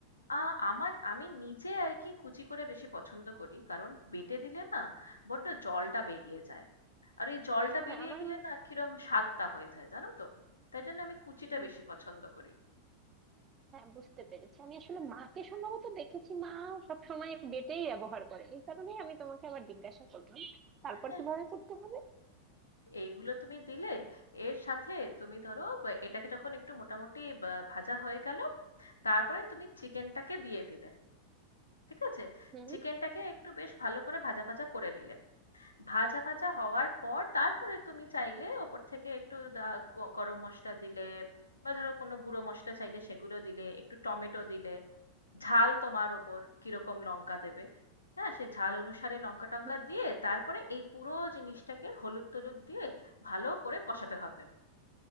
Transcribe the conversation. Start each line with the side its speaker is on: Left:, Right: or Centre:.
Left: আ আমার আমি নিজে আরকি কুচি করে বেশি পছন্দ করি। কারণ বেটে দিলে না বড্ড জলটা বেরিয়ে যায়। আর ওই জলটা
Right: হ্যাঁ
Left: বেরিয়ে
Right: আমার
Left: গেলে না কিরম স্বাদটা হয়ে যায় জানো তো? তাই জন্য আমি কুচিটা
Right: উম,
Left: বেশি পছন্দ করি।
Right: হ্যাঁ বুঝতে পেরেছি আমি আসলে মাকে সম্ভবত দেখেছি মা সবসময় বেটেই ব্যবহার করে এই কারণে আমি তোমাকে আবার জিজ্ঞাসা করলাম তারপর
Left: হ্যাঁ?
Right: কিভাবে করতে হবে
Left: এইগুলো তুমি দিলে এর সাথে তুমি ধরো বা এটাকে যখন একটু মোটামুটি বা ভাজা হয়ে গেল, তারপরে তুমি চিকেনটাকে দিয়ে দিলে। ঠিক আছে?
Right: হুম
Left: চিকেনটাকে একটু বেশ ভালো করে ভাজা, ভাজা করে নিলে। ভাজা, ভাজা হওয়ার পর তারপরে তুমি চাইলে ওপর থেকে একটু দা গ- গরম মশলা দিলে বা ধরো কোনো গুঁড়ো মশলা চাইলে সেগুলো দিলে একটু টমেটো দিলে ঝাল তোমার ওপর কিরকম লঙ্কা দেবে হ্যাঁ সে ঝাল অনুসারে লঙ্কা টঙ্কা
Right: হুম
Left: দিয়ে তারপরে এই পুরো জিনিসটাকে হলুদ টলুদ দিয়ে ভালো করে কষাতে হবে